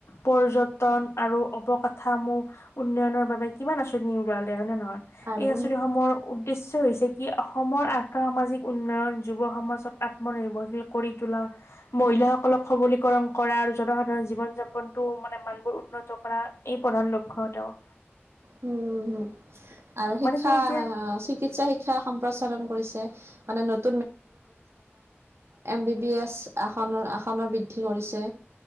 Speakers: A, on the left; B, on the right.
A: পৰ্যটন আৰু অৱকাথামূহ উন্নয়নৰ বাবে কিমান আঁচনি ওলালে হয়নে, নহয়। এই
B: আৰু
A: আঁচনি সমূহৰ উদ্দেশ্যয় হৈছে কি, অসমৰ আৰ্থ সামাজিক উন্নয়ন যুৱ সমাজক আত্মনিৰ্ভৰশীল কৰি তোলা। মহিলাাসকলক সবলীকৰণ কৰা। আৰু জনসাধাৰণ জীৱন, যাপনতটো মানে মানবোৰ উন্নত কৰা। এই প্ৰধান লক্ষ্ তেওঁৰ।
B: উম, উ, উম আৰু
A: মানে
B: শিক্ষা
A: কি এতিয়া
B: চিকিৎসা, শিক্ষা সম্প্ৰচাৰণ কৰিছে। ন ম ক বি বি <unintelligible> সানৰ বৃদ্ধি কৰিছে।